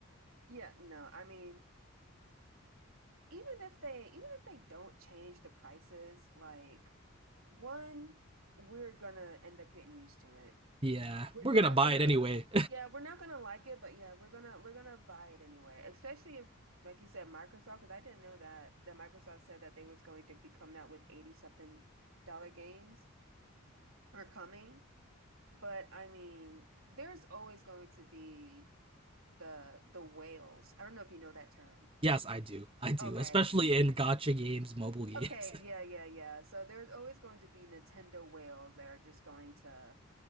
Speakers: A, on the right; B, on the right.
A: Yeah, no, I mean, even if they even if they don't change the prices, like one, we're gonna end up getting used to it.
B: <laughs> yeah,
A: We're,
B: we're
A: we're
B: gonna
A: not
B: buy
A: gonna,
B: it anyway.
A: yeah, we're not gonna like it, but yeah, we're gonna we're gonna buy it anyway. Especially if, like you said, Microsoft, because I didn't know that that Microsoft said that they was going to be coming out with 80 something dollar games or coming. But I mean, there's always going to be the the whales. I don't know if you know that term.
B: <laughs> yes, I do. I do,
A: Okay.
B: especially in gotcha games, mobile games.
A: Okay, yeah, yeah, yeah. So there's always going to be Nintendo whales that are just going to